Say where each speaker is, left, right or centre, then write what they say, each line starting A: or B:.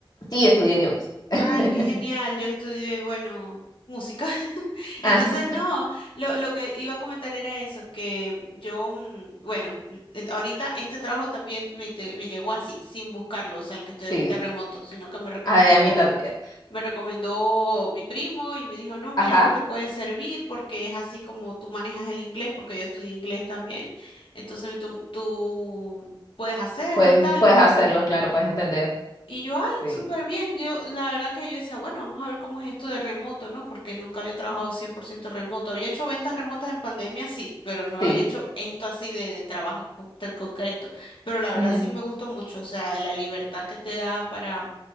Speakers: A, on the left; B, on the left.
A: Sí, estudié idiomas. <laughs>
B: Ay, qué genial. Yo estudié, bueno, música. <laughs> Entonces,
A: Ajá,
B: no, lo, lo que iba a comentar era eso, que yo, mm, bueno, eh, ahorita este trabajo también me, te- me llegó así, sin buscarlo, o sea, el que estoy ahorita
A: sí,
B: remoto, sino que me recomendó,
A: a, a mí también.
B: me recomendó mi primo y me dijo, no, mira,
A: Ajá.
B: esto te puede servir porque es así como tú manejas el inglés, porque yo estudié inglés también. Entonces, tú, tú puedes hacerlo,
A: Pues,
B: tal.
A: puedes hacerlo, claro, puedes entender.
B: Y yo, ay,
A: Sí,
B: súper bien. Yo, la verdad que yo decía, bueno, vamos a ver cómo es esto de remoto, ¿no? Porque nunca había trabajado 100% remoto. Había hecho ventas remotas en pandemia, sí, pero no
A: sí,
B: había hecho esto así de, de trabajo con- tan concreto. Pero la verdad
A: ujú,
B: sí me gustó mucho, o sea, la libertad que te da para,